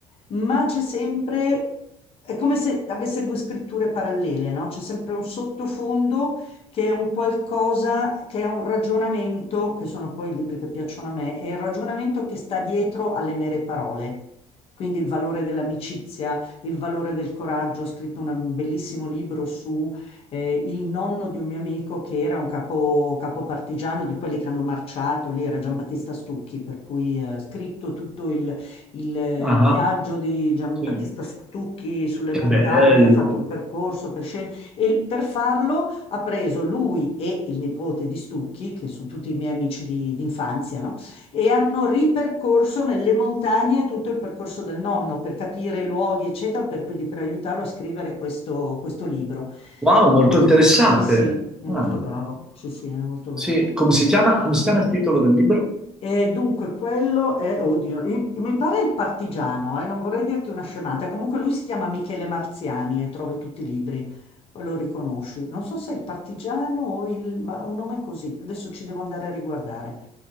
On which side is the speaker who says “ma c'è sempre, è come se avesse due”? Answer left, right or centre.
Left